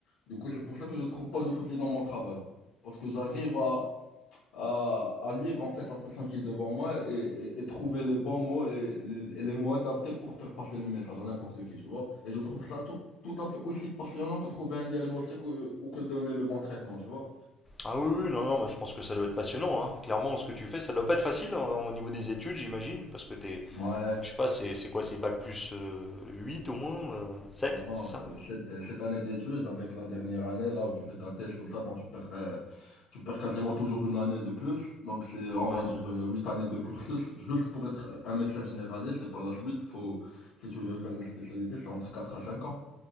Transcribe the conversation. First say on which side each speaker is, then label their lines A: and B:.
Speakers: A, on the left; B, on the left.
A: Du coup, c'est pour ça que je trouve pas de soucis dans mon travail. Parce que j'arrive à à, à lire en fait la personne qui est devant moi et, et- et trouver les bons mots et, les et les mots adaptés pour faire passer le message à n'importe qui, tu vois. Et je trouve ça tout, tout à fait aussi passionnant que trouver un diagnostic ou, ou que donner le bon traitement, tu vois.
B: Ah oui, oui, non, non, moi, je pense que ça doit être passionnant. hein. Clairement, ce que tu fais, ça doit pas être facile hein, au niveau des études, j'imagine. Parce que t'es.
A: Ouais.
B: ah, Je sais pas, c'est c'est quoi, c'est bac plus euh, 8 au moins euh, 7,
A: Bon,
B: c'est ça?
A: euh, cette, euh, cette année d'études, avec la dernière année, là où tu fais ta thèse, tout ça, bon, tu perds, euh, tu perds quasiment toujours une année de plus. Donc, c'est, on
B: Ouais,
A: va dire, euh, huit années de cursus, juste pour être un médecin généraliste. Et par la suite, faut, si tu veux faire une spécialité, c'est entre 4 à 5 ans.